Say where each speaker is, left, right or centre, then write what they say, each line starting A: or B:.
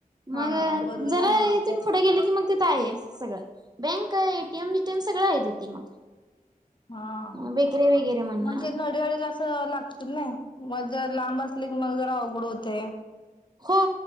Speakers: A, on the left (about 30°); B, on the right (about 30°).
A: हा
B: मग
A: हा बरोबर
B: जरा
A: समजले
B: इथून
A: की
B: पुढे गेलं की मग ते आहे सगळं बँक. काय एटीएम टटीएम सगळं आहे तिथे मग.
A: हा म्हणजे
B: बेकरी वगैरे म्हणा
A: नळीवडीला असं लागत नाही. मग जर लांब असले की मग जरा अवघड होते.
B: हो